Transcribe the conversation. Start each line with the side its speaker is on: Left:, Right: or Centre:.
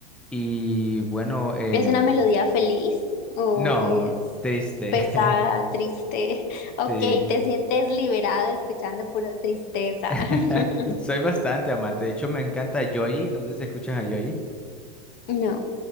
Centre: Y bueno, em,
Left: ¿Es una melodía feliz o
Centre: no,
Left: es
Centre: triste.
Left: pesada,
Centre: <laughs>
Left: triste? <laughs> Ok,
Centre: Sí.
Left: te sientes liberado escuchando pura tristeza.
Centre: <laughs>
Left: <laughs>
Centre: Soy bastante amante. De hecho, me encanta Joy, No sé si escuchas a Joy
Left: No,